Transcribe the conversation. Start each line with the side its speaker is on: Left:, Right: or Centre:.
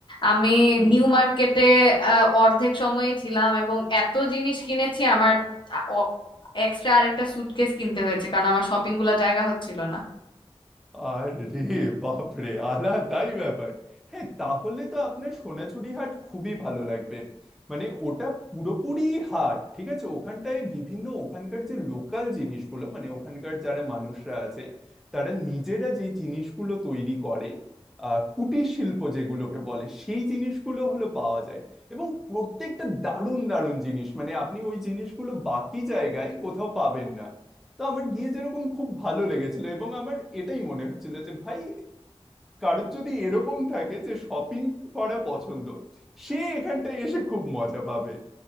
Left: আমি
Centre: হুম
Left: নিউ মার্কেটে আহ, অর্ধেক সময়ই ছিলাম এবং এত জিনিস কিনেছি আমার আ- অ- এক্সট্রা আরেকটা সুটকেস কিনতে হয়েছে কারণ আমার শপিং গুলো জায়গা হচ্ছিল না
Centre: আরে বাপরে আলাদাই ব্যাপার হ্যাঁ তাহলে তো আপনার সোনাঝুরি হাট খুবই ভালো লাগবে মানে ওটা পুরোপুরি হাট ঠিক আছে ওখানটায় বিভিন্ন ওখানকার যে লোকাল জিনিসগুলো মানে ওখানকার যারা মানুষরা আছে তারা নিজেরা যে জিনিসগুলো তৈরি করে আহ কুটির শিল্প যেগুলোকে বলে সেই জিনিসগুলো হলো পাওয়া যায় এবং প্রত্যেকটা দারুণ দারুণ জিনিস মানে আপনি ওই জিনিসগুলো বাকি জায়গায় কোথাও পাবেন না তো আমার গিয়ে যেরকম খুব ভালো লেগেছিল এবং আমার এটাই মনে হচ্ছিল যে ভাই কারোর যদি এরকম থাকে যে শপিং করা পছন্দ সে এখানটায় এসে খুব মজা পাবে